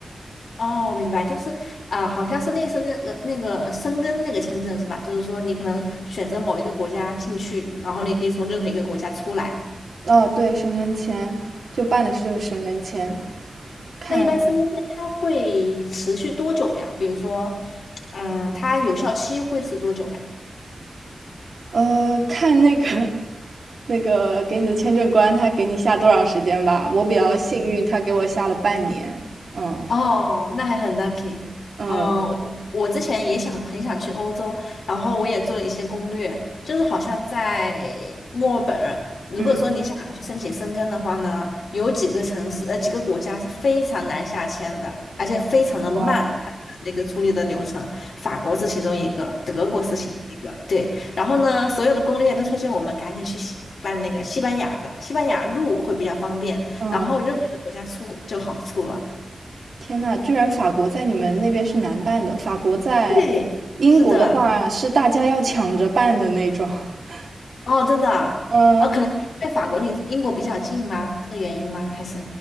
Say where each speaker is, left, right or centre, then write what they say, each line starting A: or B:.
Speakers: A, on the left; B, on the right.
A: 哦，明白，就是啊、好像是类似那个那个申根那个签证是吧？就是说你可能选择某一个国家进去，然后你可以从任何一个国家出来。
B: 哦，对，申根签就办的事就是申根签，看
A: 那一般身份证它会持续多久呀？比如说，嗯，它有效期会是多久呀？
B: 呃看那个 <laughs> 那个给你的签证官他给你下多少时间吧。我比较幸运，他给我下了半年。嗯
A: 哦，那还很 lucky
B: 嗯
A: 哦。我之前也想很想去欧洲，然后我也做了一些攻略，就是好像在墨尔本，如果说你想要去申请申根的话呢，
B: 嗯，
A: 有几个城市呃几个国家是非常难下签的，而且非常的慢，
B: 哇，
A: 它的那个处理的流程，法国是其中一个，德国是其中一个，对。然后呢，所有的攻略都推荐我们赶紧去西办那个西班牙的，西班牙入会比较方便，
B: 嗯，
A: 然后任何一个国家出就好出了。
B: 天呐，居然法国在你们那边是难办的。法国在
A: 对，
B: 英国的话是大家要抢着办的那种。
A: 是的，
B: <laughs>
A: 哦，真的啊，
B: 嗯，
A: 哦，可能是因为法国离英国比较近吗？这个原因吗？还是